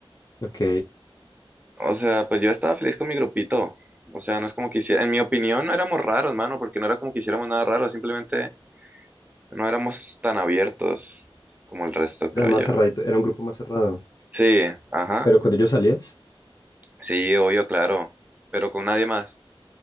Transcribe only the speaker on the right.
O sea, pues yo estaba feliz con mi grupito. O sea, no es como que hiciera, en mi opinión no éramos raros, mano, porque no era como que hiciéramos nada raro, simplemente no éramos tan abiertos como el resto,
creo
yo.
Sí, ajá.
Sí, obvio, claro. Pero con nadie más.